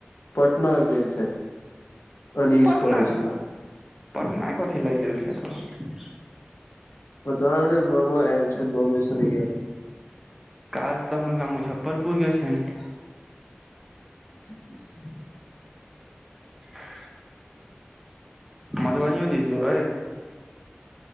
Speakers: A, on the left; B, in the centre.
A: पटना गेल छथि उनीसके
B: पटना
A: होइ छलाह
B: पटना कथि ल गेल से तऽ छथि ओ
A: पता ने ममाा आऐल छैन मामा संगे गेलाह
B: काज तऽ हुनका मुजफ्फरपुर के छनि
A: <unintelligible>
B: ह <inaudible> मधुबनी यौ दिस जेबैय